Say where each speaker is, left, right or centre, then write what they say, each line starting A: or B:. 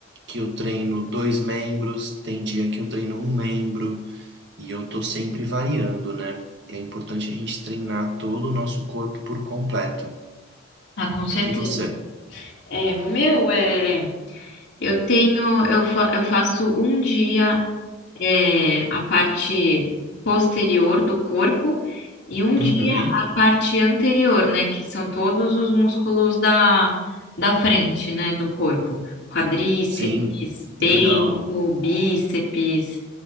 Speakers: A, on the right; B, on the left.
A: que eu treino dois membros, tem dia que eu treino um membro, e eu tô sempre variando, né? É importante a gente treinar todo o nosso corpo por completo.
B: Ah, com certeza.
A: E você?
B: É, o meu é, eu tenho, eu, fa- eu faço um dia é, a parte posterior do corpo e um dia
A: Uhum.
B: a parte anterior, né? Que são todos os músculos da, da frente, né? Do corpo. Quadríceps,
A: Sim,
B: peito,
A: legal.
B: bíceps,